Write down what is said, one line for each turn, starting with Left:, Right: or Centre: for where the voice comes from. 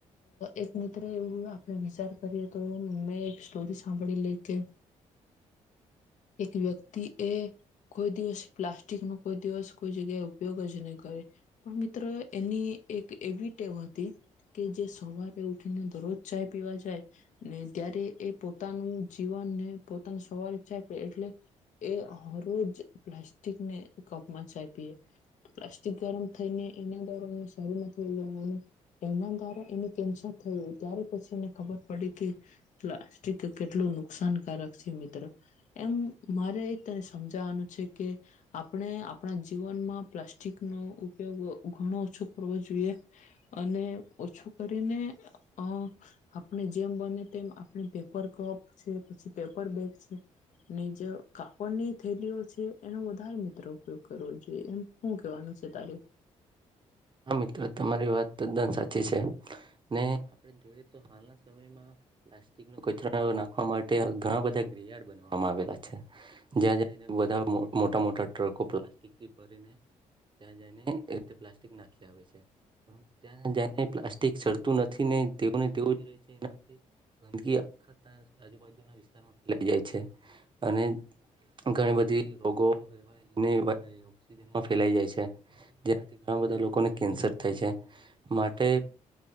Left: એક મિત્ર એવું આપણે વિચાર કરીએ તો મેં એક સ્ટોરી સાંભળી લ કે એક વ્યક્તિ એ કોઈ દિવસ પ્લાસ્ટિક નો કોઈ દિવસ કોઈ જગ્યાએ ઉપયોગ જ નહી કરે પણ મિત્ર એની એક એવી ટેમ હતી. કે જે સવારે ઉઠ. ને દરરોજ ચાય પીવા જાય ને ત્યારે એ પોતાનું જીવનને પોતાના સવારે ચાય પી એટલે એ હ રજ પ્લાસ્ટિકને કપમાં ચાય પીએ પ્લાસ્ટિક ગરમ થઈને એના દર શમાં થુંવાનું. એના દ્વા એને કેન્સર થયું ત્યારે પછી એને ખબર પડી કે પ્લાસ્ટિક કેટલું નુકસાનકારક છે મિત્રો એમ મારે તને સમજાવાનું છે કે આપણે આપણા જીવનમાં પ્લાસ્ટિકનોો ઉપયોગ ઘણો ઓછો કરવો જોઈએ. અને ઓછું કરીને આપણે જેમ બને તેમ આપણે પેપર કપ છે પછી પેપર બેગ છે જે કાપડની થેલીઓ છે એનો વધારે મિત્ર ઉપયોગ કરવો જોઈએ એમ શું કેવાનું છે તારે.
Right: હા મિત્ર તમારી વાત તદ્દન સાચી છે ને આપણે જોઈએ તો હાલના સમયમાં પ્લાસ્ટિક ન કચરા નાખવા માટે ઘણા બધા ગયડ બનાવામાં આવેલા છે જ્યાં જઈને બધા મોટા મોટા ટ્રકો પ્લાસ્ટિકથી ભરીને ત્યાં જઈને પ્લા. નાખ આવેને પ્લાસ્ટિક સડતું નથી ને તેને તેવું જ રહે છે એનાથી ગંદકી આખા આજુબાજુના વિસ્તારમાં ફેલાઈ જાય છે અને ઘણી બધી રોગો એવાજમાં ફેલાઈ જાય છે જેનાથી. ઘણા બધા લોકોને કેન્સર થાય છે માટે